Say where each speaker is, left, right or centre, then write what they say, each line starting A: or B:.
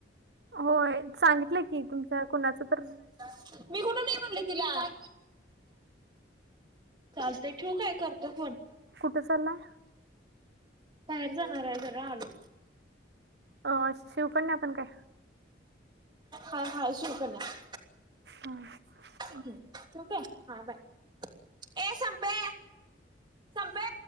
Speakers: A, on the right (about 60°); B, on the right (about 25°).
A: होय. सांगितलं की तुमच्या कुणाच
B: हम्म <inaudible> मी कुठ नाही म्हणले तिला चालतय ठेऊ आहे करतो फोन.
A: कुठं चाललाय?
B: बाहेर जाणार आहे जरा आज.
A: अ शिव पण नाही आपण काय?
B: हा- हा शिव पण ये.
A: हम्म.
B: ठीक काय हा बाय ए संपे संपे.